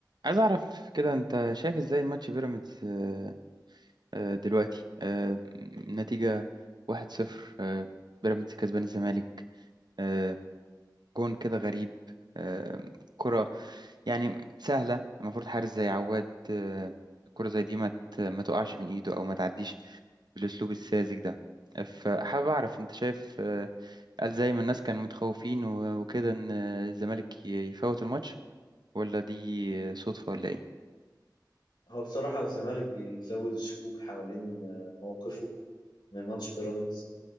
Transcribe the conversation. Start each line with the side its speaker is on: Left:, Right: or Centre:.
Right: عايز اعرف كده انت شايف ازاي ماتش بيراميدز آه، آه، دلوقتي آه، نتيجة واحد صفر آه، بيراميدز كسبان الزمالك آه، جون كده غريب آه، كرة يعني سهلة المفروض حارس زي عواد آه، الكرة زي دي ما ت- ما تقعش من ايده او ما تعديش بالاسلوب الساذج ده فحابب اعرف انت شايف آه، هل زي ما الناس كانوا متخوفين و- وكده ان الزمالك ي- يفوت الماتش ولا دي صدفة ولا ايه
Left: هو بصراحة الزمالك بيزود الشكوك حوالين آه، موقفه من ماتش بيراميدز